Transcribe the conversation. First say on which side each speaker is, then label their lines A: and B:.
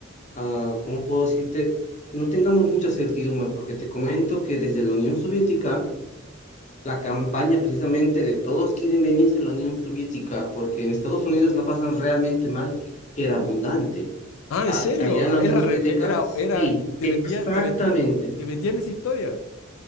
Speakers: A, on the left (about 35°); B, on the left (about 75°).
A: ah, ¿cómo puedo decirte? No tengamos mucha certidumbre, porque te comento que desde la Unión Soviética, la campaña precisamente de todos quieren venirse a la Unión Soviética, porque en Estados Unidos la pasan realmente mal, era abundante.
B: Ah,
A: a-
B: ¿en serio?
A: allá en
B: Ah,
A: la Unión
B: Era, al
A: Soviética,
B: re- eh, era,
A: sí,
B: era, te
A: exactamente.
B: vendían, te vendían, te, te vendían esa historia.